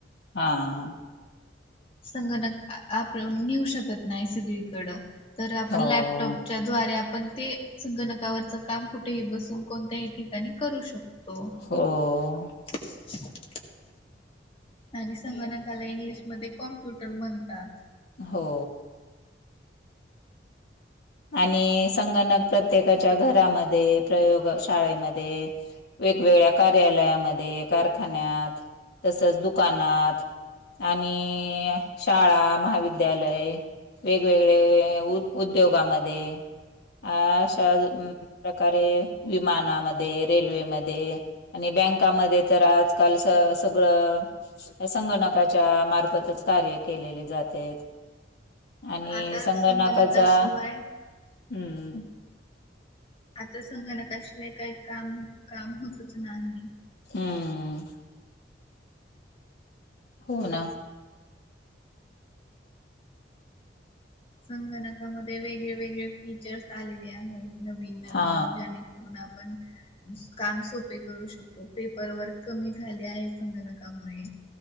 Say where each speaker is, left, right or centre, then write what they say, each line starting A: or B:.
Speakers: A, on the left; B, on the left.
A: हा-हा.
B: संगणक आप मिळऊ शकत नाही सगळीकडं तर आपण
A: हो
B: लॅपटॉपच्या द्वारे पण ते संगणकावरच काम कुठेही बसून कोणत्याही ठिकाणी करू शकतो.
A: हो
B: <unintelligible> आणि संगणकाला इंग्लिशमध्ये कॉम्प्युटर म्हणतात.
A: हो आणि संगणक प्रत्येकाच्या घरामध्ये प्रयोग शाळेमध्ये वेगवेगळ्या कार्यालयामध्ये कारखान्यात तसच दुकानात आणि अ शाळा महाविद्यालय वेगवेगळे उद्योगामध्ये अ अशा प्रकारे विमानामध्ये रेल्वेमध्ये आणि बँकामध्ये तर आजकाल स सगळं संगणकाच्या मार्फतच कार्य केलेले जातेत. आणि
B: आता
A: संगनाकाचा,
B: संगणकाशिवाय
A: हम्म
B: आता संगणकाशिवाय काही काम-काम होतच नाही.
A: हम्म, हो ना
B: संगणकामध्ये वेगळे-वेगळे फीचर्स आलेले आहेत. नवीन-नवीन
A: हा
B: जनेकर म्हणून आपण काम सोपे करू शकतो. पेपर वर्क कमी झाले आहे संगणकामुळे